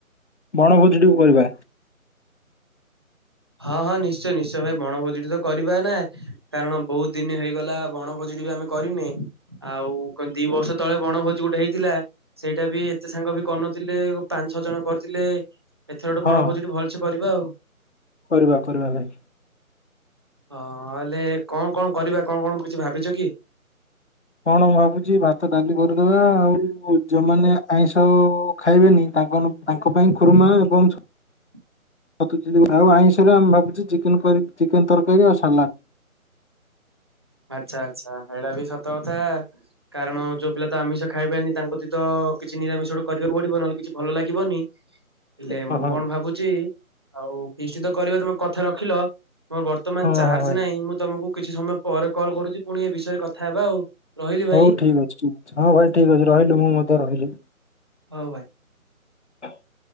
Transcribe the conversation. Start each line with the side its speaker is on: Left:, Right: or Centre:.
Left: ବଣଭୋଜି ଟେ କରିବା।
Right: ହଁ ହଁ ନିଶ୍ଚୟ ନିଶ୍ଚୟ ଭାଇ ବଣଭୋଜି ତ କରିବା ନା। କାରଣ ବହୁତ ଦିନ ହେଇଗଲା ବଣଭୋଜି ସେଠି ବି ଆମେ କରିନେ। ଆଉ ଦି ବର୍ଷ ତଳେ ବଣଭୋଜି ଗୋଟେ ହେଇଥିଲା। ସେଇଟା ବି ଏତେ ସାଙ୍ଗ ବି କରିନଥିଲେ ପାଞ୍ଚ ଛଅ ଜଣ କରିଥିଲେ। ଏଥର ଗୋଟେ
Left: ହଁ
Right: ବଣ ଭୋଜି ଭଲସେ କରିବା ଆଉ।
Left: କରିବା କରିବା ଭାଇ।
Right: ହଁ ହେଲେ କଣ କଣ କରିବା କଣ କଣ କିଛି ଭାବିଛ କି?
Left: କଣ ମୁଁ ଭାବୁଛି ଭାତ ଡାଲି କରିଦବା। ଆଉ ଯୋଉମାନେ ଆଇଁଷ ଖାଇବେନି ତାଙ୍କ ପାଇଁ ଖୁରୁମା ଏବଂ
Right: <inaudible>
Left: ଆଉ ଆଇଁଷରେ ଆମେ ଭାବୁଚେ ଚିକେନ ତରକାରୀ ଆଉ ସାଲାଡ।
Right: ଆଚ୍ଛା ଆଚ୍ଛା ଏଇଟା ବି ସତ କଥା କାରଣ ଯୋଉ ପିଲା ତ ଆମିଷ ଖାଇବେନି ତାଙ୍କ ପାଇଁ ତ କିଛି ନିରାମିଷ ଗୋଡେ କରିବାକୁ ପଡିବ ନହେଲେ କିଛି ଭଲ ଲାଗିବନି। ହେଲେ
Left: ହଁ
Right: ମୁଁ
Left: ହଁ
Right: କଣ ଭାବୁଚି ଆଉ ଫିଷ୍ଟ୍ ତ କରିବା ତମେ କଥା ରଖିଲ ମୋର ବର୍ତ୍ତମାନ
Left: ହଁ
Right: ଚାର୍ଜ
Left: ହଁ ଭାଇ
Right: ନାହିଁ ମୁଁ ତମକୁ କିଛି ସମୟ ପରେ କଲ୍ କରୁଛି ପୁଣି ଏ ବିଷୟରେ କଥା ହେବା ଆଉ। ରହିଲି ଭାଇ
Left: ହଉ ଠିକ ଅଛି ଠିକ ଅଛି ହଁ ଭାଇ ଠିକ ଅଛି ରହିଲୁ ମୁଁ ମଧ୍ୟେ ରହିଲି।
Right: ହଉ ଭାଇ।
Left: <inaudible>